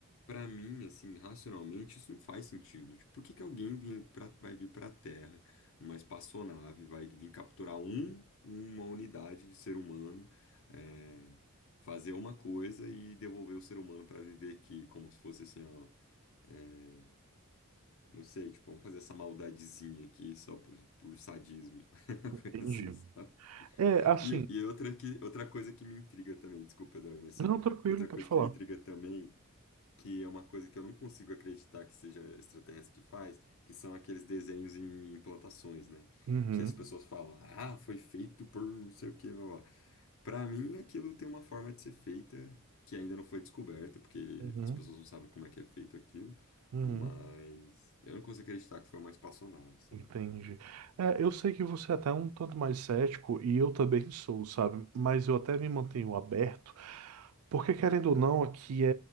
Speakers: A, on the left; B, on the right.
A: pra mim, assim, racionalmente, isso não faz sentido. Tipo, por que que alguém vinha pra... vai vir pra Terra, uma espaçonave, vai vir capturar um, uma unidade de ser humano, é, fazer uma coisa e devolver o ser humano pra viver aqui, como se fosse assim, ó. eh, não sei, tipo, vamos fazer essa maldadezinha aqui só por, por sadismo. <laughs>
B: entendi.
A: Coisa assim, sabe?
B: É, assim,
A: E, e outra, que, outra coisa que me intriga também, desculpa, Eduardo, mas só
B: não, tranquilo,
A: outra
B: pode
A: coisa
B: falar.
A: que me intriga também, que é uma coisa que eu não consigo acreditar que seja extraterrestre que faz, que são aqueles desenhos em plantações, né?
B: Uhum,
A: Que as pessoas falam, ah, foi feito por não sei o quê, blá, blá. Para mim, aquilo tem uma forma de ser feita que ainda não foi descoberta, porque
B: uhum,
A: as pessoas não sabem como é que é feito aquilo,
B: uhum.
A: mas eu não consigo acreditar que foi uma espaçonave, sabe?
B: Entendi. É, eu sei que você é até um tanto mais cético e eu também sou, sabe? Mas eu até me mantenho aberto, porque querendo ou não, aqui é,